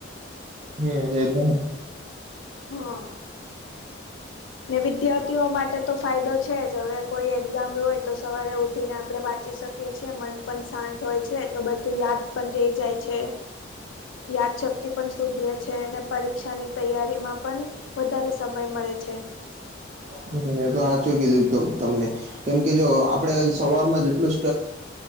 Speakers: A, on the right (about 35°); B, on the left (about 80°).
A: હમ એ તો
B: હા ને વિદ્યાર્થીઓ માટે તો ફાયદો છે જ હવે કોઈ એક્ઝામ હોય તો સવારે ઉઠીને આપણે વાંચી શકીએ છે મન પણ શાંત હોય છે તો બધું યાદ પણ રહી જાય છે યાદશક્તિ પણ સુુધરે છે અને પરીક્ષાની તૈયારીમાં પણ વધારે સમય મળે છે
A: હમ એ તો સાચું કીધું તમને કેમ કે જો આપડણે સવારમાં જેટલું